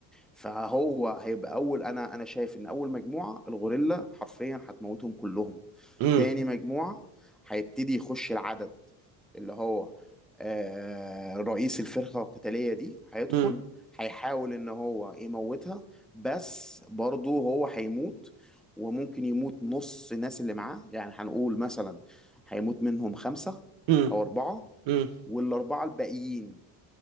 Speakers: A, in the centre; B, on the right (about 70°).
A: فهو هيبقى اول انا انا شايف ان اول مجموعه الغوريلا حرفيا هتموتهم كلهم
B: امم
A: تاني مجموعه هيبتدي يخش العدد اللي هو آه رئيس الفرقه القتاليه دي هيدخل
B: امم
A: هيحاول ان هو يموتها بس برضه هو هيموت وممكن يموت نص الناس اللي معاه يعني هنقول مثلا هيموت منهم خمسة
B: امم
A: أو أربعة
B: امم
A: والأربعة الباقيين